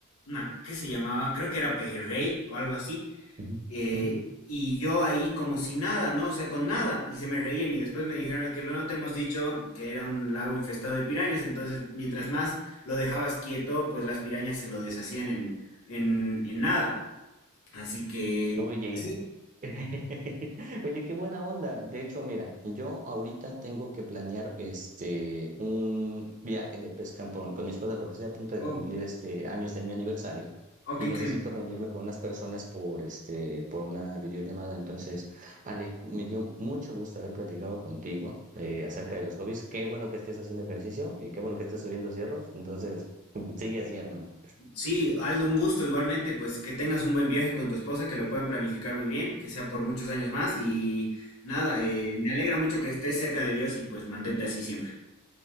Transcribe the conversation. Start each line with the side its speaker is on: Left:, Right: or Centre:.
Left: una, ¿qué se llamaba? Creo que era pejerrey o algo así.
Right: Ujú,
Left: Eh,
Right: ujú.
Left: y yo ahí como si nada, ¿no? O sea, con nada. Y se me reían y después me dijeron, es que lo no te hemos dicho que era un lago infestado de pirañas, entonces mientras más lo dejabas quieto, pues las pirañas se lo deshacían en, en, en nada. Así que,
Right: Oye,
Left: sí,
Right: <laughs> oye, qué buena onda. De hecho, mira, yo ahorita tengo que planear este un viaje de pesca con, con mi esposa porque estoy a punto de
Left: oh,
Right: cumplir este años de mi aniversario
Left: oh, qué
Right: y necesito
Left: increíble.
Right: reunirme con unas personas por este por una videollamada. Entonces, Ale, me dio mucho gusto haber platicado contigo eh, acerca de los hobbies. Qué bueno que estés haciendo ejercicio y qué bueno que estés subiendo cierros. Entonces, sigue así, hermano.
Left: Sí, Aldo, un gusto igualmente, pues que tengas un buen viaje con tu esposa, que lo puedan planificar muy bien, que sea por muchos años más y nada, eh, me alegra mucho que estés cerca de Dios y pues mantente así siempre.